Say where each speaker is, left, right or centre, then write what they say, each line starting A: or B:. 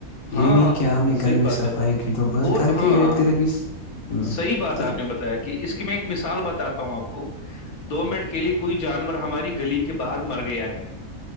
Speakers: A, on the left; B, on the left.
A: یہ
B: ہاں
A: نہیں کیا ہم نے گھر
B: صحیح
A: میں
B: بات
A: صفائی
B: ہے
A: کی تو بس
B: اور
A: گھر
B: ہاں
A: کے ارد گرد بھی ہ
B: صحیح بات
A: جی
B: آپ نے بتایا کہ اس کی میں ایک مثال بتاتا ہوں آپ کو دو منٹ کے لئے کوئی جانور ہماری گلی کے باہر مر گیا ہے